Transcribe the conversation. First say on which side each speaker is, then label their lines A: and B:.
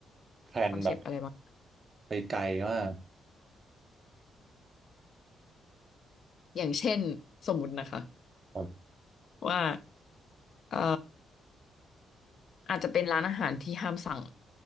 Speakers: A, on the right (about 25°); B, on the left (about 45°).
A: แพลนแบบ
B: คอนเซปต์อะไรบ้าง
A: ไปไกลมาก
B: <laughs> อย่างเช่นสมมุตินะคะ
A: แบบ
B: ว่าเอ่อ อาจจะเป็นร้านอาหารที่ห้ามสั่ง